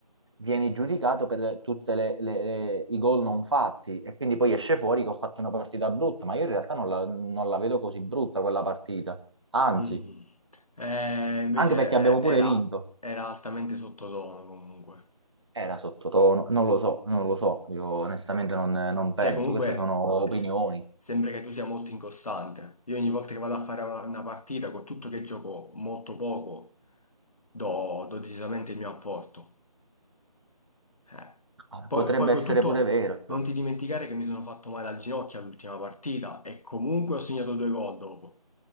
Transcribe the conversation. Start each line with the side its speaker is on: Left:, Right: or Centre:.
Right: vieni giudicato per tutti i gol non fatti e quindi poi esce fuori che ho fatto una partita brutta, ma io in realtà non la non la vedo così brutta quella partita. Anzi,
Left: Mm. Eh, invece
Right: anche perché abbiamo pure
Left: eh, era,
Right: vinto.
Left: era altamente sottotono comunque.
Right: Era sottotono, non lo so, non lo so, io onestamente non, non penso,
Left: Cioè, comunque,
Right: queste sono
Left: se-
Right: opinioni.
Left: sembra che tu sia molto incostante. Io ogni volta che vado a fare una, una partita, con tutto che gioco molto poco, do, do decisamente il mio apporto. Eh.
Right: Ah,
Left: Poi,
Right: Potrebbe
Left: poi con
Right: essere
Left: tutto,
Right: pure vero.
Left: non ti dimenticare che mi sono fatto male al ginocchio all'ultima partita e comunque ho segnato due gol dopo.